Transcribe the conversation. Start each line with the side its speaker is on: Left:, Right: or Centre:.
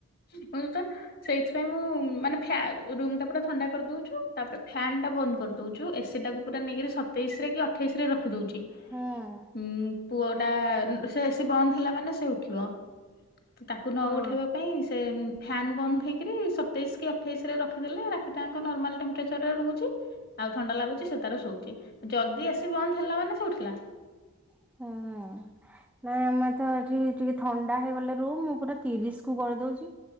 Left: <unintelligible> ସେଇଥିପାଇଁ ମୁଁ ମାନେ ଫ୍ୟା ରୁମ ଟା ପୁରା ଥଣ୍ଡା କରିଦଉଛୁ। ତାପରେ ଫ୍ୟାନ ଟା ବନ୍ଦ କରିଦୋଉଛୁ ଏସିଟାକୁ ପୁରା ନେଇକରି ସତେଇଶରେ କି ଅଠେଇଶରେ ରଖିଦଉଛି।
Centre: ହଁ
Left: ଉଁ ପୁଅ ଟା ସେ ଏସି ବନ୍ଦ ହେଲା ମାନେ ସେ ଉଠିବ। ତ ତାକୁ ନ
Centre: ହଁ
Left: ଉଠେଇବା ପାଇଁ ସେ ଫ୍ୟାନ୍ ବନ୍ଦ ହେଇକିରି ସତେଇଶ କି ଅଠେଇଶରେ ରଖିଦେଲେ ରାତିଟାଙ୍କ ନର୍ମାଲ୍ ଟେମ୍ପରେଚରରେ ରହୁଛି। ଆଉ ଥଣ୍ଡା ଲାଗୁଛି ସେ ତାର ଶୋଉଛି ଯଦି ଏସି ବନ୍ଦ ହେଲା ମାନେ ସେ ଉଠିଲା।
Centre: ହଁ ନାଇଁ ଆମେ ତ ଏଠି ଟିକେ ଥଣ୍ଡା ହେଇଗଲେ ରୁମ ମୁଁ ପୁରା ତିରିଶ କୁ କରିଦଉଛି।